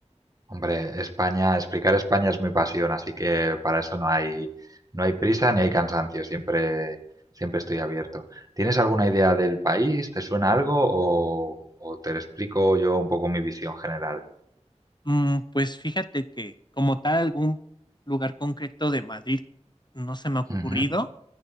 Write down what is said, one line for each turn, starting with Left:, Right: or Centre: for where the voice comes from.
Right: hombre, España, explicar España es mi pasión, así que para eso no hay, no hay prisa ni hay cansancio, siempre, siempre estoy abierto. ¿Tienes alguna idea del país? ¿Te suena algo? O, o te explico yo un poco mi visión general.
Left: Mm, pues fíjate que como tal algún lugar concreto de Madrid no se me ha ocurrido
Right: Ujú,